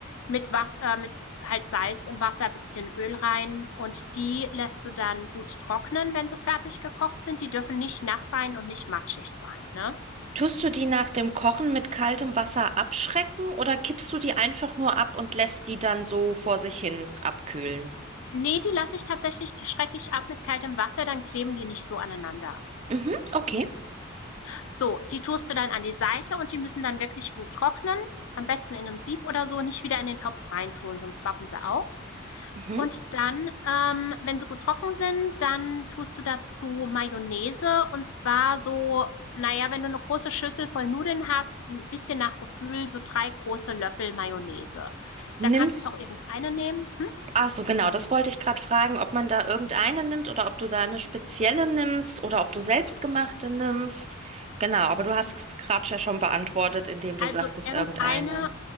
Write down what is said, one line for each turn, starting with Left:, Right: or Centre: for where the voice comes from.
Left: mit was, äh, mit halt Salz im Wasser, bisschen Öl rein und die lässt du dann gut trocknen, wenn sie fertig gekocht sind. Die dürfen nicht nass sein und nicht matschig sein, ne?
Right: Tust du die nach dem Kochen mit kaltem Wasser abschrecken oder kippst du die einfach nur ab und lässt die dann so vor sich hin abkühlen?
Left: Nee, die lasse ich tatsächlich die schrecke ich ab mit kaltem Wasser, dann kleben die nicht so aneinander.
Right: Mhm, okay.
Left: So, die tust du dann an die Seite und die müssen dann wirklich gut trocknen. Am besten in einem Sieb oder so, nicht wieder in den Topf reintun, sonst bappen sie auch.
Right: Mhm.
Left: Und dann, ähm, wenn sie gut trocken sind, dann tust du dazu Mayonnaise und zwar so naja, wenn du eine große Schüssel voll Nudeln hast, 'n bisschen nach Gefühl so 3 große Löffel Mayonnaise.
Right: Nimmst
Left: Da kannst auch irgendeine nehmen.
Right: Ach so, genau, das wollte ich gerade fragen, ob man da irgendeine nimmt oder ob du da eine spezielle nimmst oder ob du selbstgemachte nimmst. Genau, aber du hast es gerade ja schon beantwortet, indem du
Left: Also
Right: sagtest
Left: irgendeine
Right: irgendeine.